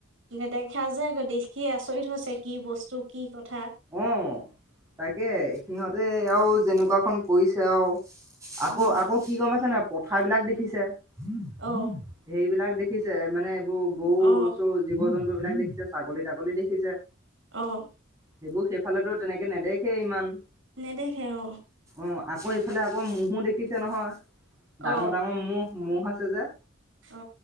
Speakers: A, on the right; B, on the right.
A: নেদেখা যে নেদেখা যে দেখিয়ে আছো হৈছে কি বস্তু কি কথা
B: আঁহ তাকে সিহঁতে আৰু যেনেকুৱাখন কৰিছে আৰু
A: উম
B: আকৌ, আকৌ কি গম পাইছানে? পথাৰা বিলাক দেখিছে মম
A: অ
B: সেইবিলাক দেখি দেখিছে মানে গৰু
A: অ
B: চৰু জীৱ- জন্তু বিলাক দেখিছে ছাগলী তাগলী দেখিছে
A: অঃ
B: সেইবোৰ সেইফালে তেনেকে নেদেখে ইমান।।
A: নেদেখে অ
B: অঁ আকৌ এইফালে আকৌ মোহো দেখিছে নহয়
A: অ
B: ডাঙৰ, ডাঙৰ ম'হ ম'হ আছে যে
A: অ